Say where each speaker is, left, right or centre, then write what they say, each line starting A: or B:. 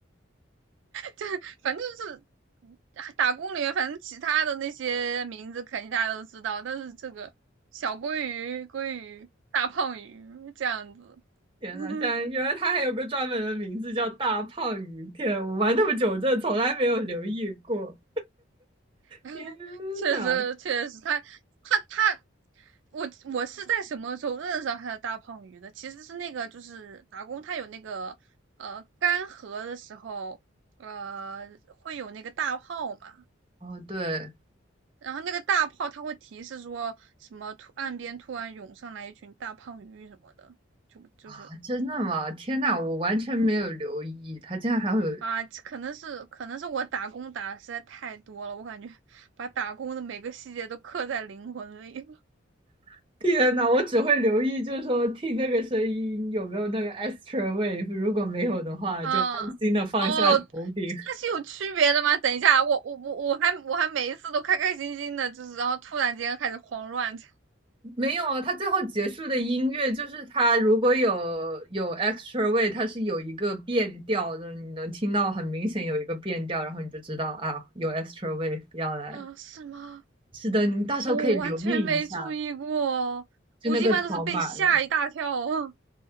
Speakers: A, on the right (about 70°); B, on the right (about 25°).
A: 就反正就是。打工里面，反正其他的那些名字肯定大家都知道，但是这个小鲑鱼、鲑鱼、大胖鱼这样子，
B: 天哪，
A: <laughs>
B: 竟然原来它还有个专门的名字叫大胖鱼！天，我玩那么久，我真的从来没有留意过。
A: <laughs>
B: 天
A: 确实确实，
B: 哪！
A: 他他他，我我是在什么时候认识到他的大胖鱼的？其实是那个就是打工，他有那个呃干涸的时候，呃会有那个大炮嘛，
B: 哦，对
A: 然后那个大炮它会提示说什么突岸边突然涌上来一群大胖鱼什么的，就就是
B: 啊，真的吗？天哪，我完全没有留意，
A: 嗯
B: 它竟然还会有
A: 啊，可能是可能是我打工打的实在太多了，我感觉 <laughs> 把打工的每个细节都刻在灵魂里。
B: <laughs> 天呐，我只会留意，就是说听那个声音有没有那个 extra wave，如果没有的话，
A: 嗯，
B: 就安心的放下手柄。
A: 哦，它是有区别的吗？等一下，我我我我还我还每一次都开开心心的，就是然后突然间开始慌乱起
B: <laughs> 没有，它最后结束的音乐就是它如果有有 extra wave，它是有一个变调的，就是你能听到很明显有一个变调，然后你就知道啊，有 extra wave 要来。
A: 来，啊，是吗？
B: 是的，你到时候可以留意一下，
A: 我完全没注意过，
B: 就那个条码了。
A: 我一般都是被吓一大跳哦。